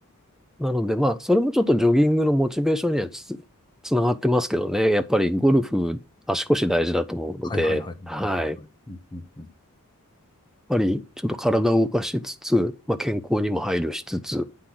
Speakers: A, in the centre; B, on the left (about 20°).
A: なので、まあ、それもちょっとジョギングのモチベーションにはつ、つながってますけどね。やっぱりゴルフ、足腰大事だと思うので、
B: はいはいはい。はいはいはい。
A: はい。やっ
B: うんうんうん。
A: ぱりちょっと体を動かしつつ、まあ、健康にも配慮しつつ、